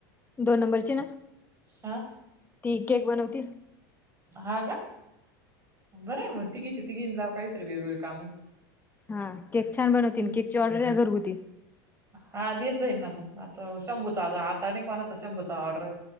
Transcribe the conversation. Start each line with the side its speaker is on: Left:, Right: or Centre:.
Left: दोन नंबरची ना
Right: हा
Left: ती केक बनवती
Right: हा का? बरं मग तिघीचे तिघीन जाव काहीतरी वेगवेगळे काम
Left: हा केक छान बनवती
Right: हम्म.
Left: न केक ची ऑर्डर द्या घरघुती
Right: हा देत जाईन ना मग, तो शंभूचा आता आता नाही कोणाचा शंभूचा ऑर्डर